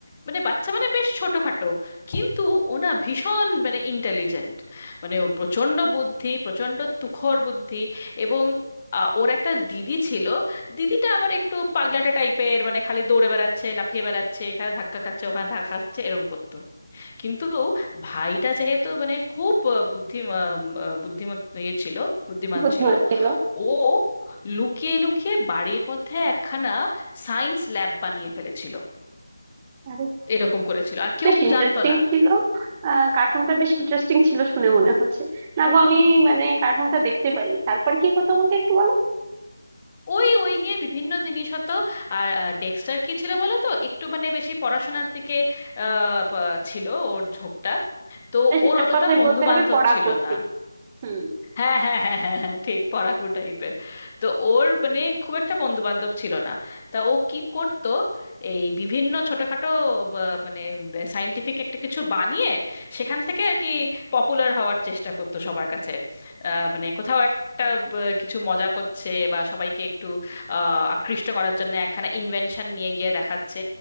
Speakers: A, on the left (about 25°); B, on the right (about 20°).
A: মানে বাচ্চা মানে বেশ ছোটখাটো কিন্তু ওনা ভীষণ মানে ইন্টেলিজেন্ট মানে ওর প্রচণ্ড বুদ্ধি প্রচণ্ড তুখর বুদ্ধি এবং আ, ওর একটা দিদি ছিল দিদিটা আবার একটু পাগলাটে টাইপের মানে খালি দৌড়ে বেড়াচ্ছে লাফিয়ে বেড়াচ্ছে এখানে ধাক্কা খাচ্ছে ওখানে ধাক্কা খাচ্ছে এরম করতো কিন্তু ভাইটা যেহেতু মানে খুব আহ, বুদ্ধি আহ, আহ, বুদ্ধিমত ইয়ে ছিল বুদ্ধিমান
B: বুদ্ধিমান
A: ছিল
B: ছিল
A: ও লুকিয়ে লুকিয়ে বাড়ির মধ্যে একখানা সায়েন্স ল্যাব বানিয়ে ফেলেছিল
B: আরে বাহ,
A: এরকম করেছিল আর
B: তো
A: কেউ
B: বেশ ইন্টারেস্টিং
A: জানতো না
B: ছিল আহ কার্টুনটা বেশ ইন্টারেস্টিং ছিল শুনে মনে হচ্ছে না গো আমি মানে কার্টুনটা দেখতে পারিনি তারপর কি গো তোমাকে একটু বলো
A: ওই ওই নিয়ে বিভিন্ন জিনিস হতো আর আহ, ডেক্সটার কি ছিল বলো তো একটু মানে বেশি পড়াশোনার দিকে আহ, বা- ছিল ওর ঝোঁকটা তো
B: মানে সে-
A: ওর
B: এক
A: অতটা
B: কথায়
A: বন্ধু
B: বলতে হবে
A: বান্ধব
B: পড়াকো
A: ছিল
B: ছিল
A: না
B: হুম
A: হ্যাঁ হ্যাঁ হ্যাঁ হ্যাঁ হ্যাঁ, ঠিক পড়াকু টাইপের তো ওর মানে খুব একটা বন্ধু বান্ধব ছিল না তা ও কি করত এই বিভিন্ন ছোটখাটো বা- মানে সাইন্টিফিক একটা কিছু বানিয়ে সেখান থেকে আর কি পপুলার হওয়ার চেষ্টা করতো সবার কাছে আহ, মানে কোথাও একটা ব- কিছু মজা করছে বা সবাইকে একটু আহ, আকৃষ্ট করার জন্য একখানা ইনভেনশন নিয়ে গিয়ে দেখাচ্ছে